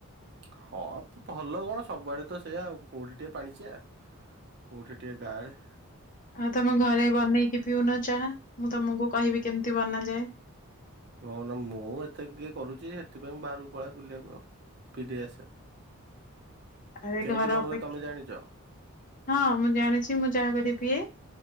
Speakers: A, on the right; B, on the left.
A: ହଁ ଭଲ କଣ ସବୁଆଡେ ତ ସେଇୟା ଆଉ। କୋଉଠି ଟିକେ ପାଣିଚିଆ କୋଉଠି ଟିକେ ଗାଢେ
B: ଆଉ ତମେ ଘରେ ବନେଇକି ପିଉନ ଚାହା ମୁଁ ତମକୁ କହିବି କେମ ତି ବନା ଯାଏ
A: ନାଁ ନାଁ ମୁଁ ଏତେ କିଏ କରୁଚି ହେଥିପାଇଁ ବାହାରକୁ ପଳାଏ ବୁଲିବାକୁ ଆଉ ପିିଇ ଦେଇ ଆସେ
B: ଆରେ
A: କେମିତି
B: ଘର
A: କଣ
B: ଅପେକ୍ଷା
A: ହୁଏ ତମେ ଜାଣିଛ
B: ହଁ ମୁଁ ଜାଣିଛି ମୁଁ ଚାହା କରି ପିଏ।